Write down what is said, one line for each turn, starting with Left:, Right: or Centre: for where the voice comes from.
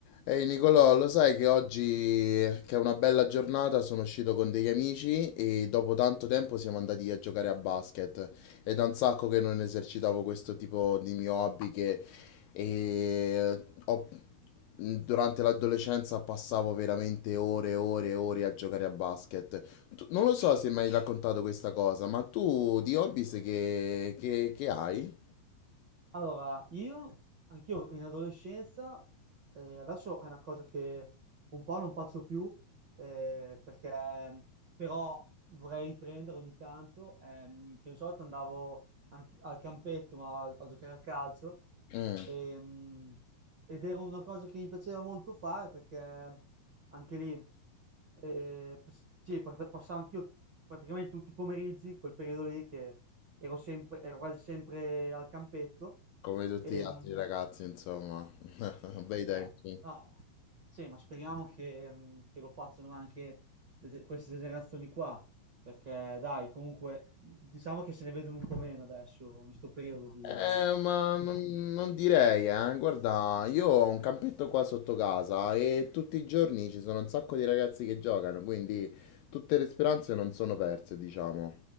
Left: Ehi Nicolò, lo sai che oggi, che è una bella giornata, sono uscito con degli amici e dopo tanto tempo siamo andati a giocare a basket. È da un sacco che non esercitavo questo tipo di mio hobby che eh, ho- durante l'adolescenza passavo veramente ore e ore e ore a giocare a basket. Tu- non lo so se mi hai raccontato questa cosa, ma tu di hobby sai che, che- che hai?
Right: Allora, io, anch'io in adolescenza, eh, adesso è una cosa che un po' non faccio più, eh, perché però vorrei riprendere ogni tanto, ehm, che di solito andavo anche al campetto, ma a, a giocare a calcio,
Left: Mm,
Right: ehm, ed era una cosa che mi piaceva molto fare, perché anche lì, eh, sì, pass- passavo anch'io praticamente tutti i pomeriggi, quel periodo lì che ero sempre, ero quasi sempre al campetto.
Left: come tutti
Right: E,
Left: gli altri ragazzi, insomma. <laughs> Bei tempi.
Right: Eh, no, sì, ma speriamo che, mh, che lo facciano anche le ge- queste generazioni qua, perché dai, comunque, mm, diciamo che se ne vedono un po' meno adesso, in questo periodo di
Left: Eh, ma non, non direi, eh. Guarda, io ho un campetto qua sotto casa e tutti i giorni ci sono un sacco di ragazzi che giocano, quindi tutte le speranze non sono perse, diciamo.